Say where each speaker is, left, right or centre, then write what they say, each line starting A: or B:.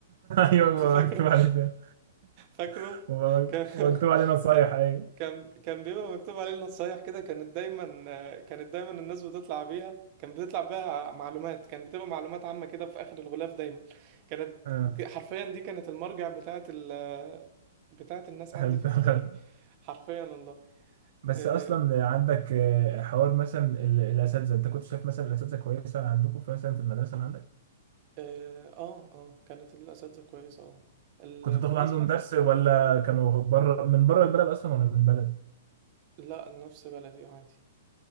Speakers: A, on the right; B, on the right.
A: أيوة
B: انت
A: بقى
B: فاكره
A: مكتوب
B: <laughs>
A: عليه فين
B: فاكره
A: <laughs>
B: كان
A: ومكتوب عليه نصايح
B: كان
A: أيوة
B: كان كان بيبقى <laughs> مكتوب عليه النصايح كده كانت دايما كانت دايما الناس بتطلع بيها كان بتطلع بيها معلومات كان بتبقى معلومات عامة كده في آخر الغلاف دايما كانت
A: آه،
B: حرفيا دي كانت المرجع بتاعت ال بتاعت الناس
A: هل
B: عندي في
A: تعلم
B: ابتدائي حرفيا والله
A: بس
B: اه
A: اصلا عندك آه، حوار مثلا ال- الاساتذه انت كنت شايف مثلا الاساتذه كويسه عندكم في- مثلا في المدرسه اللي عندك
B: اه اه آه، كانت الأساتذة كويسة اه ال-
A: كنت بتاخد
B: بالنسبة
A: عندهم
B: ل-
A: درس ولا كانوا بره من بره البلد اصلا ولا من البلد
B: لا نفس بلدي آه، عادي